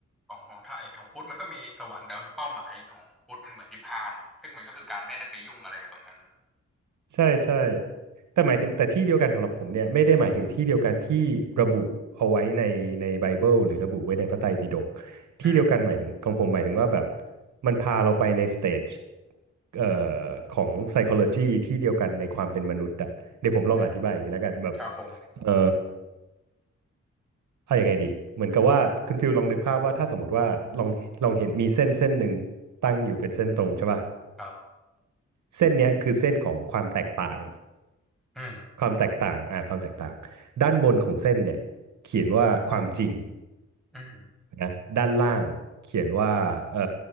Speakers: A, in the centre; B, on the right.
A: ของของไทยของพุทธมันก็มีสวรรค์แต่ว่าเป้าหมายของพุทธมันเหมือนนิพพานเลียซึ่งมันก็คือการไม่ได้ไปยุ่งอะไรกับตรงนั้น
B: ใช่ใช่แต่หมายถึงแต่ที่เดียวกันสำหรับผมเนี่ยไม่ได้หมายถึงที่เดียวกันที่ระบุเอาไว้ในในไบเบิลหรือระบุไว้ในพระไตรปิฎก
A: อืม
B: ที่เดียวกันหมายถึงของผมหมายถึงว่าแบบมันพาเราไปในสเตจเอ่อของ psychology ที่เดียวกันในความเป็นมนุษย์อะเดี๋ยวผมลองอธิบายอย่างนี้แล้วกันแบบ
A: อืมครับผม
B: เอ่อเอายังไงดีเหมือนกับว่าคุณฟิลลองนึกภาพว่าถ้าสมมติว่าลองลองเห็นมีเส้นเส้นหนึ่งตั้งอยู่เป็นเส้นตรงใช่ป่ะ
A: ครับ
B: เส้นเนี้ยคือเส้นของความแตกต่าง
A: อืม
B: ความแตกต่างอ่าความแตกต่างด้านบนของเส้นเนี่ยเขียนว่าความจริง
A: อืม
B: นะด้านล่างเขียนว่าเอ่อ